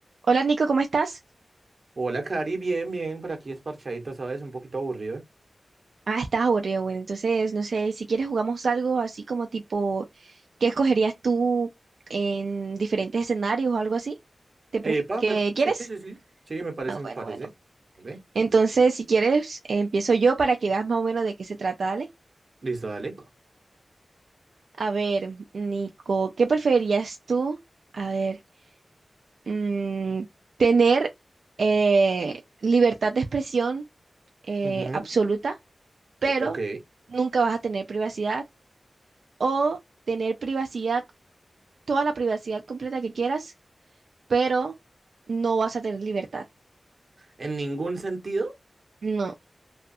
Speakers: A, on the right; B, on the right.
A: Hola Nico, ¿cómo estás?
B: Hola, Cari, bien, bien, por aquí es parchadito, ¿sabes? Un poquito aburrido.
A: Ah, estás aburrido, bueno, entonces no sé, si quieres jugamos algo así como tipo, ¿qué escogerías tú en diferentes escenarios o algo así? ¿Te
B: Epa,
A: prefi- ¿Qué
B: me...
A: quieres?
B: sí, sí, sí, sí, me parece,
A: Ah,
B: me
A: bueno,
B: parece.
A: bueno.
B: ¿Vale?
A: Entonces, si quieres, empiezo yo para que veas más o menos de qué se trata, dale.
B: Listo, dale.
A: A ver, Nico, ¿qué preferirías tú? A ver, mm, tener eh, libertad de expresión eh,
B: Ujú,
A: absoluta, pero
B: o- Ok.
A: nunca vas a tener privacidad o tener privacidad, toda la privacidad completa que quieras, pero no vas a tener libertad.
B: ¿En ningún sentido?
A: No,